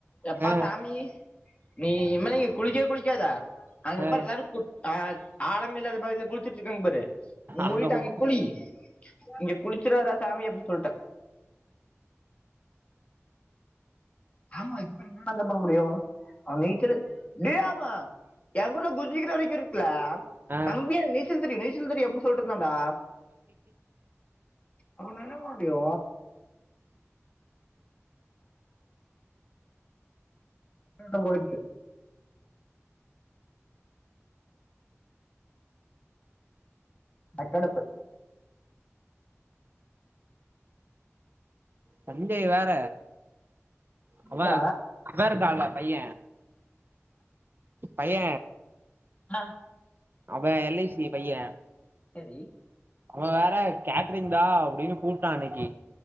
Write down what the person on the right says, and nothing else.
ஆ
ஆ
அங்க போ
ஆ
சஞ்செய் வேற
அவ வேறு கால பைய பைய
அவ எல் ஐ சி பைய
அவ வேற கேட்ரிங் தா அப்டினு கூப்டான் இன்னைக்கி